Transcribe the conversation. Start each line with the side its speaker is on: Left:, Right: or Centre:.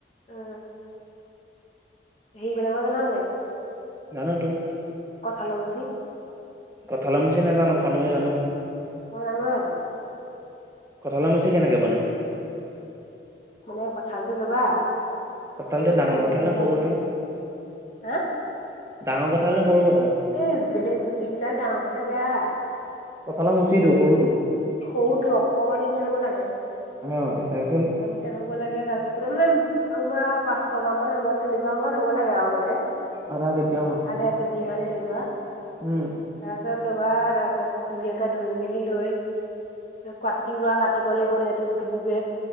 Left: উম! <unintelligible>
Right: <inaudible>
Left: কঠা ল মুচি!
Right: কঁঠাল মুছি নেজানো! পনীৰ জানো!
Left: মই জানোই আ
Right: কঁঠালাৰ মুচি কেনেকৈ বনায়
Left: মানে কথালো ল'বা
Right: কঁঠালতে
Left: তাৰপৰা
Right: ডাঙৰ
Left: লৈ
Right: কথা হলে
Left: পেলাই
Right: সৰু কঁঠাল
Left: হা
Right: ডাঙৰ কথা হলে সৰু কঁঠাল
Left: এই বেলেক গুটি বিলাক ডাঙৰ হলে বেয়া
Right: কঁঠালৰ মুচিটো সৰুটো
Left: সৰুটো অকণমানিকে হব লাগে
Right: অ', দে তাৰপিছ
Left: তেয়া হ'ব লাগে তাৰপিছত তোমাৰ মানে তোমাৰ পাঁচ ছশাহ মান হ'ব তিনিগ মান হ'ব লাগে আৰু মানে
Right: আধা কেজি অ
Left: আধা কেজি মানে তাৰ
Right: উম
Left: পাছত লবা তাৰ পাছত ধুনীয়াকে ধুই মেলি লৈ <unintelligible> কাটিওোৱা কাটিব লাগিব নে টুকু টুকুকে